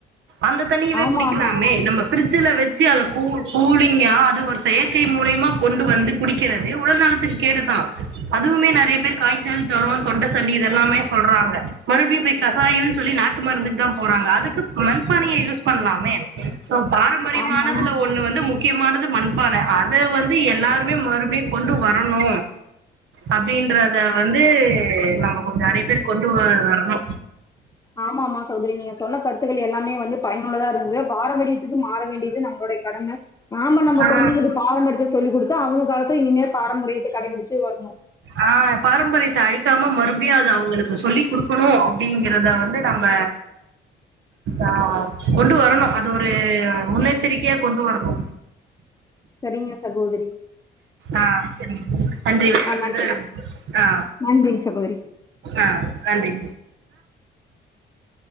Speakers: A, on the right; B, on the left.
A: அந்த தண்ணியவே
B: ஆமா
A: குடிக்கலாமே
B: ஆமா
A: நம்ம பிரிட்ஜில வச்சி அத கூ கூலிங்கா அது ஒரு செயற்கை மூலியமா கொண்டு வந்து குடிக்கிறது உடல் நலத்துக்கு கேடுதா அதுவுமே நெறைய பேர் காய்ச்சல் ஜுரோ தொண்ட சல்லி இதெல்லாமே சொல்றாங்க மறுபடியு போய் கசாயோனு சொல்லி நாட்டு மருந்துக்கு தா போறாங்க அதுக்கு மண்பானையே யூஸ் பண்லாமே சோ பாரம்பரியமான
B: ஆமா
A: ஒன்னு வந்து முக்கியமானது மண்பான அத வந்து எல்லாருமே மறுபடியு கொண்டு வரணு அப்டின்றத வந்து நம்ம கொஞ்ச நெறைய பேர் கொண்டு வரணு
B: ஆமா ஆமா சகோதரி நீங்க சொன்ன கருத்துக்கள் எல்லாமே வந்து பயனுள்ளதா இருந்தது பாரம்பரியத்துக்கு மாற வேண்டியது நம்ம ளோடைய கடம நாம நம்ம
A: ஆ
B: கொழந்தைங்களுக்கு பாரம்பரியத்த சொல்லி குடுத்தா அவுங்க காலத்துல இனிமே பாரம்பரியத்த கடைபிடிச்சி வரணு
A: ஆ பாரம்பரியத்த அழிக்காம மறுபடியு அத அவுங்களுக்கு சொல்லி குடுக்கணு அப்டிங்கறத வந்து நம்ப ஆ கொண்டு வரணு அது ஒரு முன்னெச்சரிக்கையா கொண்டு வரணு
B: சரிங்க சகோதரி
A: ஆ சரிங்க நன்றி <inaudible>
B: ஆஹ் நன்றி
A: இது ஆ
B: நன்றிங்க சகோதரி
A: அ நன்றி